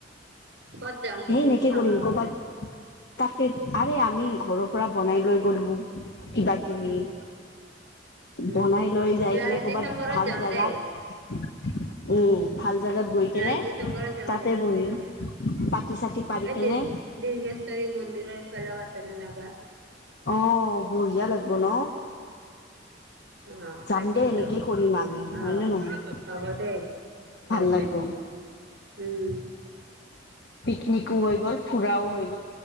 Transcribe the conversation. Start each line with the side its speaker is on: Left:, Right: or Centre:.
Right: ক'ত যাম পিকনিক
Left: সেই নেকে
Right: খাবা
Left: কৰিম।
Right: আকৌ
Left: ক'ৰবাত তাক আৰে আমি ঘৰৰ পৰা বনাই লৈ গ'লো। কিবা কিবি
Right: উম উম
Left: বনাই লৈ যাই
Right: লাষ্ট
Left: কিনে
Right: ডিচেম্বৰত
Left: কৰ' বাত ভাল
Right: যাম
Left: জোগাত।
Right: দেই
Left: উম, ভাল জেগাত গৈ কেনে
Right: লাষ্ট ডিচেম্বৰত যাম
Left: তাতে
Right: দে
Left: বহিম।
Right: উম
Left: চাতি পাৰি
Right: এই
Left: কেনে
Right: দীৰ্ঘেশ্বৰী মন্দিৰৰ ফালে আছে ন জাবা।
Left: অ, বঢ়িয়া লাগিব ন।
Right: অ
Left: যাম
Right: তাকেইতো
Left: দে। এনেকেই কৰিম আমি,
Right: অ
Left: হয় নে নহয়?
Right: হ'ব দেই যাম
Left: ভাল লাগিব।
Right: দে উম
Left: পিকনিকো হৈ গ'ল, ফুৰাও হৈ গ'ল।